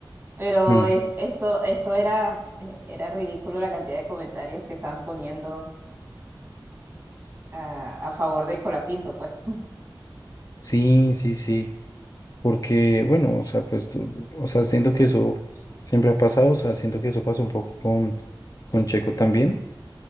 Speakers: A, on the right (about 30°); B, on the left (about 45°).
A: pero
B: mm,
A: es- esto, esto era, eh, era ridículo la cantidad de comentarios que estaban poniendo a, a favor de Colapinto, pues
B: sí, sí, sí, porque, bueno, o sea, pues, tú- o sea, siento que eso siempre ha pasado, o sea, siento que eso pasó un poco con, con Checo también.